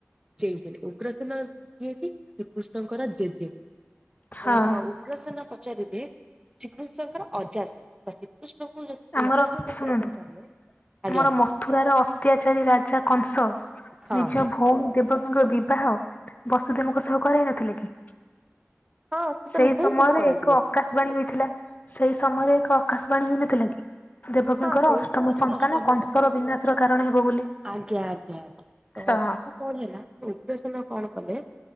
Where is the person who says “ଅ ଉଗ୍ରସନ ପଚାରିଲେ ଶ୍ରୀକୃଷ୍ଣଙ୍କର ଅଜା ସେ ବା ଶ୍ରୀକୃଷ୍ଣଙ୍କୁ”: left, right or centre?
Right